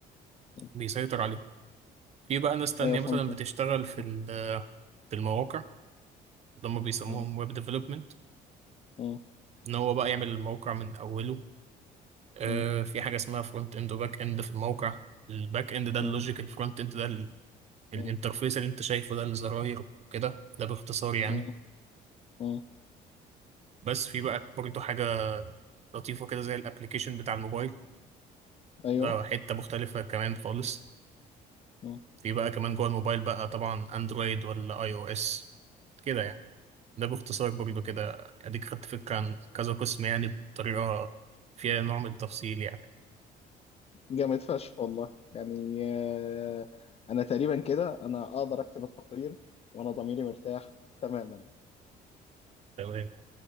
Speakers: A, on the left; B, on the right.
A: مم.
B: بيسيطر عليها في بقى ناس تانية
A: ايوه فهمت
B: مثلا بتشتغل في
A: مم.
B: ال- في المواقع اللي هم بيسموهم
A: مم.
B: ويب ديفلوبمنت
A: مم.
B: ان هو بقى يعمل الموقع من اوله آه،
A: مم.
B: في حاجه اسمها فرونت اند وباك اند في الموقع الباك اند ده
A: مم.
B: اللوجيك الفرونت اند ده ال- الانترفيس
A: مم.
B: اللي انت شايفه ده الزراير كده ده باختصار يعني
A: مم. مم.
B: بس في بقى برضه حاجه لطيفه كده زي الابلكيشن بتاع الموبايل
A: ايوه
B: ده حته مختلفه كمان خالص
A: مم.
B: في بقى كمان جوه الموبايل بقى طبعا اندرويد ولا اي او اس كده يعني ده باختصار برضه كده اديك خدت فكره عن كذا قسم يعني بطريقه فيها نوع من التفصيل يعني
A: جامد فشخ والله يعني آه، انا تقريبا كده انا اقدر اكتب التقرير وانا ضميري مرتاح تماما
B: تمام